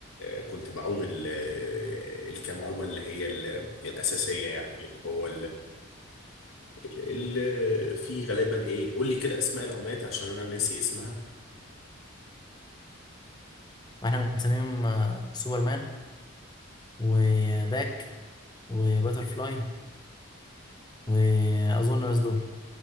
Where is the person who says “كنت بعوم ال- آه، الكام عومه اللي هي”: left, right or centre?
Left